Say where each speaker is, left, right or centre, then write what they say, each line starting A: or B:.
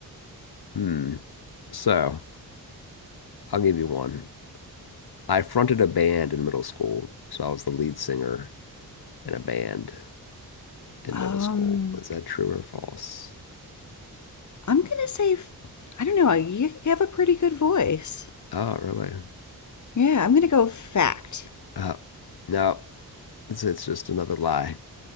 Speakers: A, on the left; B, on the left.
A: Hmm. So I'll give you one. I fronted a band in middle school, so I was the lead singer in a band in middle
B: Um
A: school. Was that true or false?
B: I'm going to say I I don't know, you have a pretty good voice.
A: Oh, really?
B: Yeah, I'm going to go fact.
A: Uh, no, it's it's just another lie.